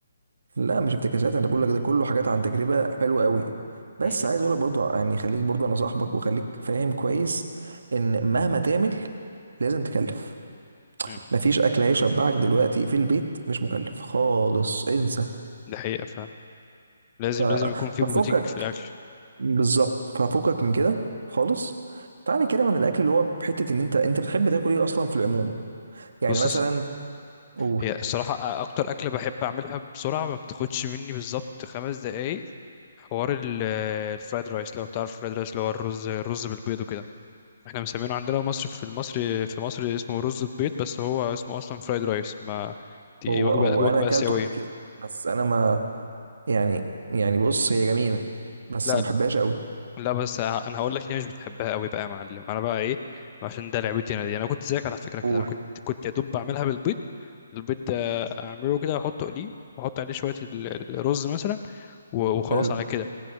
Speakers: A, on the right; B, on the left.
A: لا مش افتكاسات انا بقول لك ده كله حاجات عن تجربه حلوه قوي بس
B: م- م-
A: عايز اقول لك برضو يعني خليك برضو انا صاحبك وخليك فاهم كويس ان مهما تعمل لازم تكلف
B: م.
A: مفيش اكل هيشبعك دلوقتي في البيت مش مكلف خالص انسى
B: ده حقيقه لازم
A: ف...
B: لازم يكون في
A: ففكك
B: بروتين في الاكل
A: بالظبط ففكك من كده خالص تعالى نتكلم عن الاكل اللي هو بحته ان انت انت بتحب تاكل ايه اصلا في العموم يعني
B: بص
A: مثلا قول
B: هي الصراحه أ- اكتر اكله بحب اعملها بسرعه ما بتاخدش مني بالظبط خمس دقايق حوار ال- آه، الفرايد رايس لو تعرف الفرايد رايس اللي هو الرز الرز بالبيض وكده احنا مسمينه عندنا مصر في مصر في مصر اسمه رز ببيض بس هو اسمه اصلا فرايد رايس ما دي
A: هو
B: وجبه
A: هو انا
B: وجبه
A: اكلته
B: اسيويه
A: قبل كده بس انا ما يعني يعني بص هي جميله بس
B: لا
A: ما بحبهاش قوي
B: لا بس ه- انا هقول لك ليه مش بتحبها قوي بقى يا معلم انا بقى ايه عشان ده لعبتي انا دي انا كنت زيك على فكره كده
A: قول
B: انا كنت كنت يا دوب بعملها بالبيض البيض ده اعمله كده واحطه اقليه واحط عليه شويه ال- ال- الرز مثلا و- وخلاص
A: حلو
B: على كده